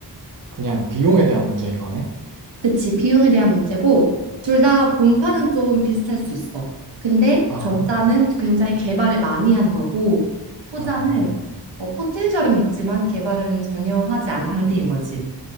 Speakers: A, on the right; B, on the right.
A: 그냥 비용에 대한 문제인 거네?
B: 그치. 비용에 대한 문제고, 둘 다 본판은 좀 비슷할 수 있어. 근데
A: 아,
B: 전자는 굉장히 개발을 많이 한 거고, 후자는
A: 아.
B: 어, 포텐셜은 있지만 개발은 전혀 하지 않은 상태인 거지.